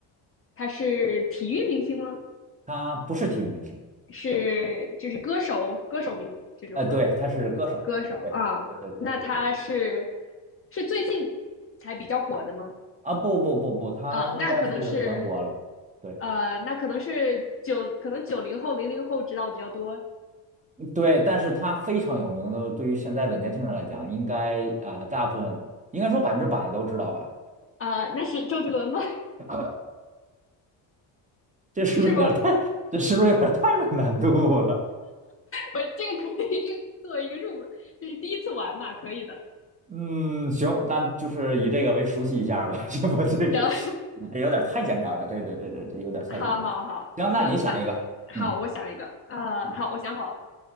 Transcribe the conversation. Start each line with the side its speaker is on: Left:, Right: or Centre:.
Left: 他是体育明星吗？
Right: 他不是体育明星。
Left: 是就是歌手歌手名这种吗？
Right: 呃，对，他是歌手。
Left: 歌手啊，
Right: 对，对对对对对对。
Left: 那他是是最近才比较火的吗？
Right: 啊，不不不不，他应该是很火了。
Left: 啊，那可能是，
Right: 对
Left: 呃，那可能是九，可能九零后、零零后知道的比较多
Right: 对，但是他非常有名的，对于现在的年轻人来讲，应该啊、呃大部分应该说百分之百都知道吧？
Left: 啊、那是周杰伦吗？<laughs>
Right: <laughs> 这是不是有点太，
Left: 是吗？
Right: 这是不是有点太有难度了？
Left: 我这个可以，这个作为一个入门，就是第一次玩嘛，可以的。
Right: 嗯，行，那就是以这个为熟悉一下儿吧。<laughs> 这不，这这
Left: 行，
Right: 这有点太简单了，这这这这这有点太简单了。
Left: <laughs> 好好好，
Right: 行，
Left: 行，
Right: 那你想一个，
Left: 那好，
Right: 嗯
Left: 我想一个，啊，
Right: 嗯，
Left: 好，我想好了，